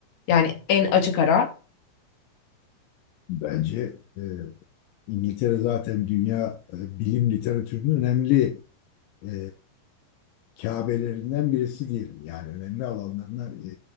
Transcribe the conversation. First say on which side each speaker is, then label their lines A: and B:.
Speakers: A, on the left; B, on the left.
A: Yani en açık ara.
B: Bence e, İngiltere zaten dünya e, bilim literatürünün önemli e, Kabelerinden birisi diyelim. Yani önemli alanlarına, e,